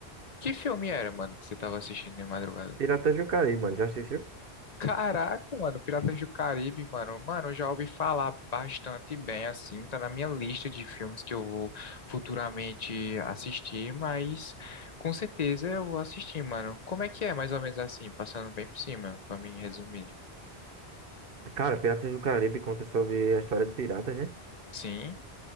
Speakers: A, on the left; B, on the right.
A: que filme era, mano, que você tava assistindo de madrugada?
B: Piratas do Caribe, mano. Já assistiu?
A: Caraca, mano, Piratas do Caribe, mano. Mano, eu já ouvi falar bastante bem, assim, tá na minha lista de filmes que eu vou futuramente assistir, mas com certeza eu vou assistir, mano. Como é que é, mais ou menos assim, passando bem por cima, pra mim resumir?
B: Cara, Piratas do Caribe conta sobre a história de piratas, né?
A: Sim,